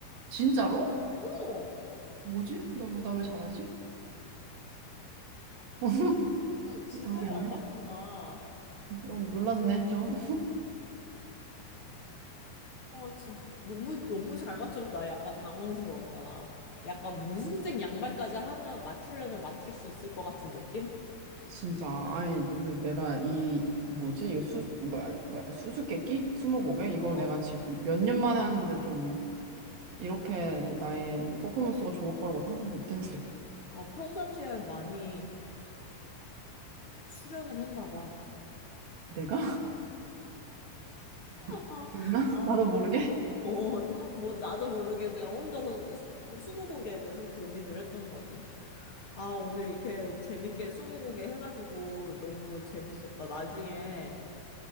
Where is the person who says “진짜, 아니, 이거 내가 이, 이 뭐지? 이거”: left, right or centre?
Right